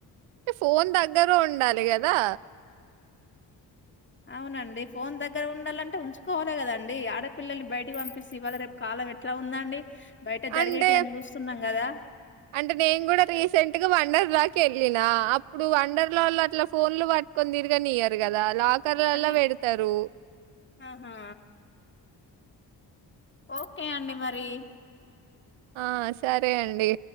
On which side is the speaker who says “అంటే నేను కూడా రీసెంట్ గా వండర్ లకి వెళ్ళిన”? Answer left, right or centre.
Right